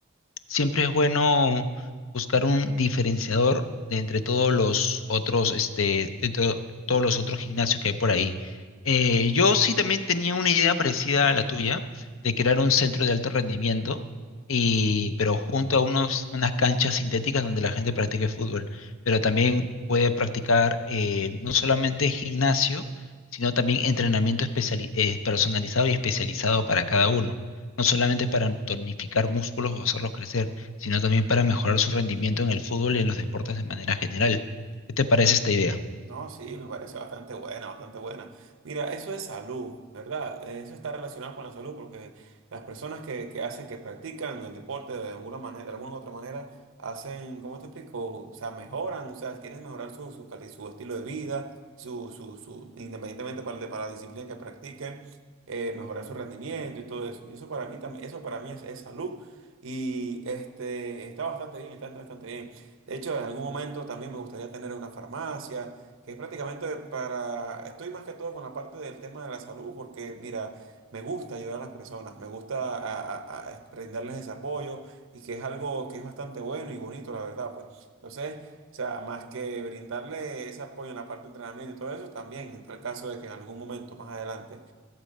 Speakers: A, on the left; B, on the right.
A: siempre es bueno buscar un diferenciador de entre todos los otros, este, de to- todos los otros gimnasios que hay por ahí. Eh, yo sí también tenía una idea parecida a la tuya, de crear un centro de alto rendimiento, y, pero junto a unos, unas canchas sintéticas donde la gente practique fútbol, pero también puede practicar eh, no solamente gimnasio, sino también entrenamiento especiali- eh, personalizado y especializado para cada uno no solamente para tonificar músculos o hacerlos crecer, sino también para mejorar su rendimiento en el fútbol y en los deportes de manera general. ¿Qué te parece esta idea?
B: No, sí, me parece bastante buena, bastante buena. Mira, eso es salud, ¿verdad? Eh, Eso está relacionado con la salud porque las personas que, que hacen, que practican el deporte de alguna manera, de alguna u otra manera, hacen, ¿cómo te explico? O sea, mejoran, o sea, quieren mejorar su, su, cali- su estilo de vida, su, su, su, independientemente para, el de- para la disciplina que practiquen, eh, mejorar su rendimiento y todo eso. Y eso para mí también, eso para mí es, es salud y este, está bastante bien, está bastante bien. De hecho, en algún momento también me gustaría tener una farmacia que es prácticamente para, estoy más que todo con la parte del tema de la salud, porque mira, me gusta ayudar a las personas, me gusta a- a- a brindarles ese apoyo y que es algo que es bastante bueno y bonito, la verdad, pues. Entonces, o sea, más que brindarle ese apoyo en la parte de entrenamiento y todo eso, también entra el caso de que en algún momento más adelante